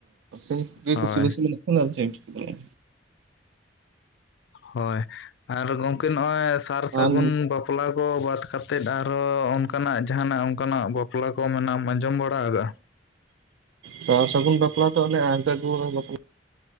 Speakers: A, on the right; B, on the left.
A: ᱮᱢ ᱪᱤᱠᱟᱹᱭᱟ
B: ᱦᱳᱭ
A: ᱠᱩᱥᱤ ᱵᱟᱹᱥᱤ ᱢᱮᱱᱟᱜ ᱚᱱᱟ ᱪᱮᱫ ᱮᱢ ᱪᱤᱠᱟᱹᱭᱟ
B: ᱦᱳᱭ ᱟᱨ ᱜᱚᱝᱠᱮ ᱱᱚᱜ-ᱚᱭ ᱥᱟᱨ ᱥᱟᱹᱜᱩᱱ
A: ᱟᱨ
B: ᱵᱟᱯ ᱵᱟᱯᱞᱟ ᱠᱚ ᱵᱟᱫ ᱠᱟᱛᱮᱫ ᱟᱨᱦᱚᱸ ᱚᱱᱠᱟᱱᱟᱜ ᱡᱟᱦᱟᱱᱟᱜ ᱚᱱᱠᱟᱱᱟᱜ ᱵᱟᱯᱞᱟ ᱠᱚ ᱢᱟᱱᱮ ᱟᱸᱡᱚᱢ ᱵᱟᱲᱟ ᱠᱟᱜ-ᱟ᱾
A: ᱥᱟᱨ ᱥᱟᱹᱜᱩᱱ ᱵᱟᱯᱞᱟ ᱫᱚ ᱚᱱᱮ ᱟᱫ ᱫᱩᱣᱟᱹ ᱵᱟᱯᱞᱟ